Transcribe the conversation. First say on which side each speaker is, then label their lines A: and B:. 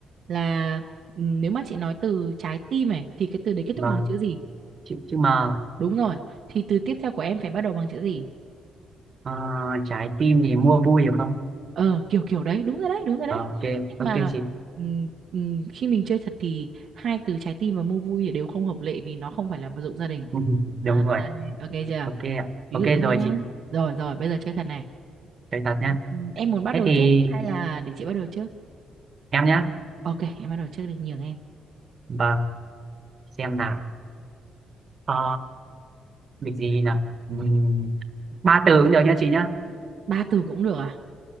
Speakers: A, on the right; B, on the right.
A: là ừ, nếu mà chị nói từ trái tim này thì cái từ đấy kết thúc
B: vâng
A: bằng chữ gì
B: chị chị mà
A: đúng rồi thì từ tiếp theo của em phải bắt đầu bằng chữ gì
B: ờ, trái tim thì mua vui được không
A: ờ kiểu kiểu đấy đúng rồi đấy đúng rồi
B: Ờ,
A: đấy
B: ok
A: nhưng
B: ok
A: mà
B: chị
A: ừm, ừm, khi mình chơi thật thì hai từ trái tim và mua vui thì đều không hợp lệ vì nó không phải là vật dụng gia đình
B: <laughs> đúng
A: Đấy,
B: rồi ạ.
A: ok chưa
B: ok ạ
A: ví
B: ok
A: dụ thế
B: rồi
A: thôi nhá
B: chị
A: rồi rồi bây giờ chơi thật này
B: chơi thật nha
A: Ừm, em muốn bắt
B: thế
A: đầu
B: thì
A: trước hay là để chị bắt đầu trước
B: em nhá
A: ok em bắt đầu trước đi nhường em
B: vâng xem nào Ờ, việc gì nào Ừm, ba từ cũng được nha chị nhá
A: ba từ cũng được à